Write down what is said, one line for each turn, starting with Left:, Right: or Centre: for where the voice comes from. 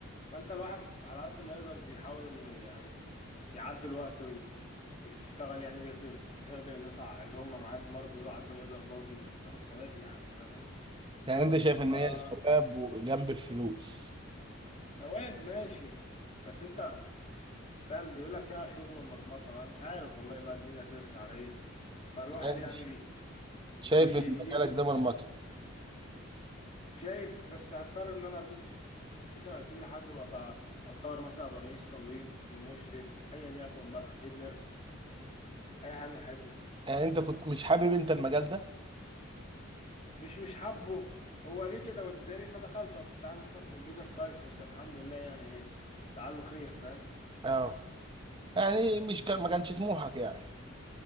Left: فانت الواحد على قد ما يقدر بيحاول انه يعني يعدل وقته وي- ويشتغل يعني ويخدم يخدم الناس ع- اللي هم معاه المرضى دول على قد ما يقدر برضه انت بتاخد ثواب يعني فاهم
Right: يعني انت شايف ان
Left: ف
Right: هي ثواب وجنب الفلوس
Left: ثواب ماشي بس انت فاهم بيقولك فيها شغل ومرمطة بقى مش عارف والله بقى الدنيا ترسى على ايه فالواحد
Right: يعني
Left: يعني
Right: انت
Left: بي,
Right: شايف
Left: بي
Right: ان مجالك ده مرمطة
Left: شايف بس هضطر ان انا ادوس فيه سنتين لحد ما بقى اتطور مثلا ابقى رئيس تمريض مشرف ايا يكن بقى هيد نيرس اي حاجه من الحاجات دي
Right: يعني انت كنت مش حابب انت المجال ده
Left: مش مش حابه هو جه كده قدامي فدخلته انا كنت عايز اصلا كمبيوتر ساينس بس الحمد لله يعني إيه، لعله خير فاهم
Right: اه يعني مش كان ما كانش طموحك يعني